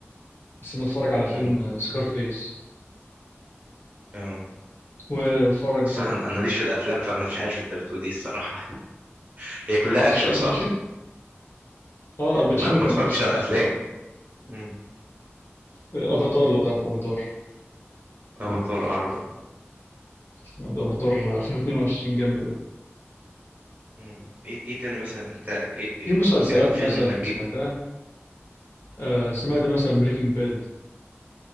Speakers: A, on the left; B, on the right.
A: لسه متفرج على فيلم
B: امم
A: سكارفيس
B: اه
A: وبتفرج
B: الصراحة انا أنا ماليش في الافلام فانا مش عارف انت بتقول ايه الصراحة هي كلها
A: معرفش
B: اكشن
A: اكشن الباتشينو
B: صح
A: اه الباتشينو
B: ما ما
A: كان
B: اتفرجتش
A: أكشن
B: على الافلام امم
A: اه افاتار لو تعرف افاتار
B: افاتار اعرفه
A: سمعت افاتار 2022 جامد أوي
B: امم ايه ايه تاني مثلا انت إيه إيه
A: في مسلسلات
B: يعني فيلم
A: مثلا
B: جي...
A: سمعتها آه سمعت مثلا بريكنج باد